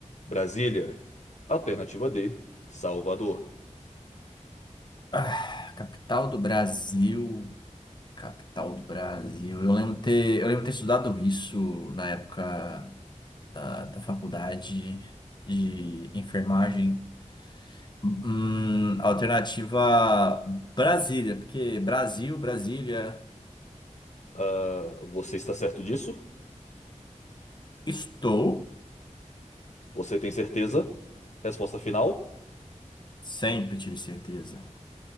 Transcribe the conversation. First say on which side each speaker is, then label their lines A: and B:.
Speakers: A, on the left (about 65°); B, on the left (about 35°).
A: Brasília, alternativa D. Salvador.
B: Ah, capital do Brasil, capital do Brasil. Eu lembro ter, eu lembro ter estudado isso na época da, da faculdade de enfermagem. Hum, alternativa Brasília, porque Brasil, Brasília,
A: Ah, você está certo disso?
B: estou,
A: Você tem certeza? Resposta final?
B: sempre tive certeza.